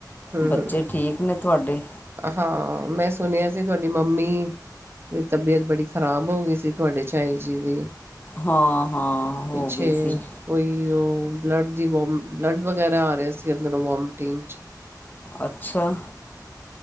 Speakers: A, on the right; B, on the left.
A: ਹਮ
B: ਬੱਚੇ
A: ਹਮ
B: ਠੀਕ ਨੇ ਤੁਆਡੇ।
A: ਹਾਂ, ਮੈਂ ਸੁਣਿਆ ਸੀ, ਤੁਆਡੀ ਮੰਮੀ ਤੇ ਤਬੀਅਤ ਬੜੀ ਖ਼ਰਾਬ ਹੋ ਗਈ ਸੀ। ਤੁਆਡੇ, ਝਾਈ ਜੀ ਦੀ।
B: ਹਾਂ, ਹਾਂ, ਹੋ
A: ਪਿੱਛੇ
B: ਗੀ ਸੀ।
A: ਕੋਈ ਓ ਬਲੱਡ ਦੀ ਵੋਮ ਬਲੱਡ ਵਗੈਰਾ ਆ ਰਿਆ ਸੀ। ਅੰਦਰੋਂ ਵੋਮਟਿੰਗ ਚ।
B: ਅੱਛਾ।